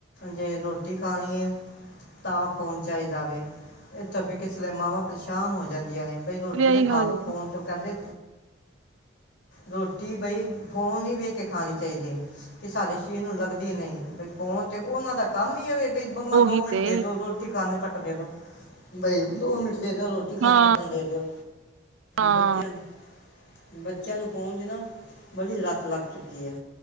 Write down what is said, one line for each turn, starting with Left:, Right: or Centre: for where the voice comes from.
Left: ਜੇ ਰੋਟੀ ਖਾਣੀ ਹੈ ਤਾਂ, ਫੋਨ ਚਾਹੀਦਾ ਵੇ, ਇੱਥੋਂ ਫਿਰ ਕਿਸ ਵੇਲੇ ਮਾਵਾਂ ਪਰੇਸ਼ਾਨ ਹੋ ਜਾਂਦੀਆਂ ਨੇ। ਬਈ ਰੋਟੀ
Right: ਇਹੀ
Left: ਤਾਂ ਖਾ
Right: ਹਾਲ
Left: ਲ
Right: ਹੈ
Left: ਪਾਣ ਕਹਿੰਦੇ ਰੋਟੀ ਬਈ ਫੋਨ ਨੀ ਵੇਖ ਕੇ ਖਾਣੀ ਚਾਹੀਦੀ ਕਿ ਸਾਡੇ ਸਰੀਰ ਨੂੰ ਲੱਗਦੀ ਨਹੀਂ ਬਈ ਫੋਨ ਤੇ ਉਹਨਾਂ ਦਾ ਕੰਮ ਹੀ ਹੋਵੇ ਪਲੀਜ਼ ਮੰਮਾ
Right: ਉਹੀ
Left: ਦੋ ਮਿੰਟ
Right: ਤੇ
Left: ਦੇ ਦੋ ਰੋਟੀ ਖਾਣੇ ਤੱਕ ਕਰਦੇਿਆ ਦਿੋ <unintelligible> ਬਈ ਦੋ ਮਿੰਟ ਦੇ ਦਿਓ ਰੋਟੀ ਖਾਣੀ
Right: ਹਾਂ
Left: ਤੱਕਣ ਦਿਓ
Right: ਹਾਂ
Left: ਬੱਚਿਆਂ ਨੂੰ ਬੱਚਿਆਂ ਨੂੰ ਫੋਨ ਦੀ ਨਾ ਬੜੀ ਲੱਤ ਲੱਗ ਚੁੱਕੀ ਹੈ,